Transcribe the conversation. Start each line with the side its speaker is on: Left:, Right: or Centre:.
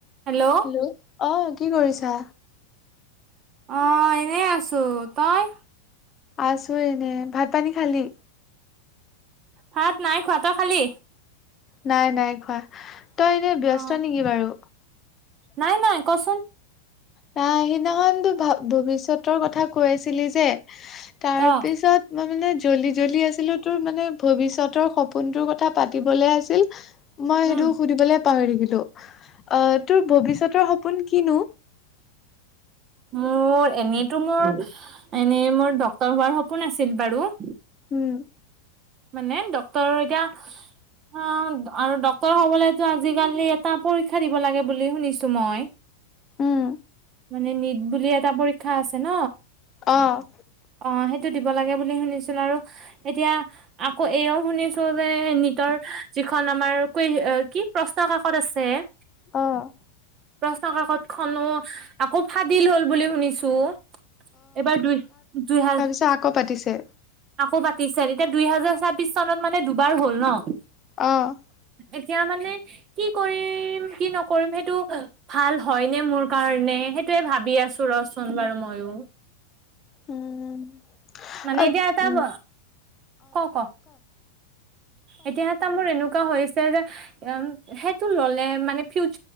Right: Hello
Left: hello অঁ কি কৰিছা?
Right: অঁ, এনেই আছো, তই?
Left: আছো এনে, ভাত পানী খালি?
Right: ভাত নাই খোৱা, তয় খালি?
Left: নাই নাই খোৱা, তই এনেই ব্যস্ত
Right: অ
Left: নেকি বাৰু?
Right: নাই নাই, কচোন।
Left: নাই সেইদিনাখনতো ভৱিষ্যতৰ কথা কৈ আছিলি যে, তাৰ
Right: অ
Left: পিছত, - মই মানে জ্বলদি জ্বলদি আছিলো তোৰ মানে ভৱিষ্যতৰ সপোনটোৰ কথা পাতিবলে আছিল- মই
Right: উম
Left: সেইটো সুধিবলে পাহৰি থাকিলো, অ' তোৰ ভৱিষ্যতৰ সপোন কিনো?
Right: মোৰ এনেইতো মোৰ, এনেই মোৰ ড্ক্তৰ হোৱাৰ সপোন আছিল বাৰু-
Left: উম'
Right: মানে, ডক্তৰৰ এতিয়া- অঁ' আৰু ডক্তৰ হবলেতো আজিকালি এটা পৰীক্ষা দিব লাগে বুলি শুনিছো মই।
Left: উম
Right: মানে, নিট বুলি এটা পৰীক্ষা আছে ন।
Left: অঁ'
Right: অঁ' সেইটো দিব লাগে বুলি শুনিছিলো, আৰু এতিয়া আকৌ এও শুনিছো- যে, নিতৰ যিখন আমাৰ কৈ কি প্ৰশ্ন কাকত আছে-
Left: অঁ'
Right: প্ৰশ্ন কাকত খনো আকৌ ফাদিল হল বুলি শুনিছো, এইবাৰ দুই- তুই হাল-
Left: ছা আকৌ পাতিছে।
Right: আকৌ পাতিছে। এতিয়া দুই হেজাৰ ছাব্বিশ চনত মানে দুবাৰ হ'ল ন।
Left: অঁ'
Right: এতিয়া মানে, কি কৰিম কি নকৰিম সেইটো- ভাল হয় নে মোৰ কাৰণে সেইটোৱে ভাবি আছো ৰচোন বাৰু মইয়ো।
Left: উম'
Right: মানে,
Left: অ
Right: এতিয়া এটা
Left: উম
Right: ব অ ক ক। এতিয়া এট- টা মোৰ এনেকুৱা হৈছে যে এউম সেইটো ললে মানে ফিউচ